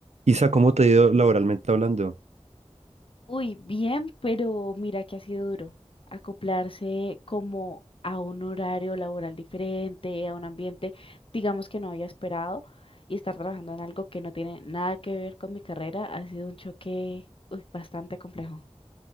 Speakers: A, on the right; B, on the left.
A: Isa, ¿cómo te ha ido laboralmente hablando?
B: Uy, bien, pero mira que ha sido duro acoplarse como a un horario laboral diferente, a un ambiente, digamos que no había esperado, y estar trabajando en algo que no tiene nada que ver con mi carrera ha sido un choque, uy, bastante complejo.